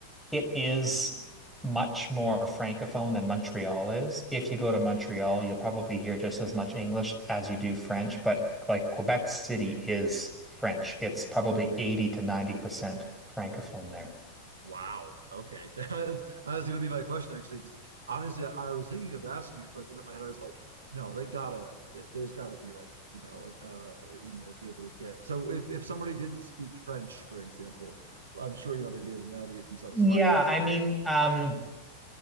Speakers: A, in the centre; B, on the right.
A: it is much more francophone than Montreal is. If you go to Montreal, you'll probably hear just as much English as you do French, but like Quebec City is French. It's probably 80 to 90% francophone there.
B: Wow. Okay. <laughs> That's, that was going to be my question actually, because honestly, I, I was thinking of asking it, but then in my head I was like, no, they gotta. There's gotta be like you know, uh, you know, be able to get. So if if somebody didn't speak French, for example, I'm sure you know they'd be able to navigate themselves
A: Yeah,
B: fine. But like,
A: I mean, um,